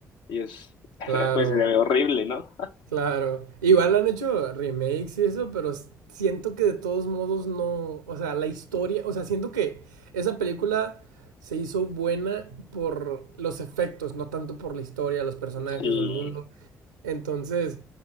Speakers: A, on the left; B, on the right.
A: Y es, <laughs>
B: claro.
A: pues se ve horrible, ¿no?
B: Claro. Igual han hecho remakes y eso, pero s- siento que de todos modos no. O sea, la historia. O sea, siento que esa película se hizo buena por los efectos, no tanto por la historia, los personajes
A: Sí,
B: o el mundo. Entonces,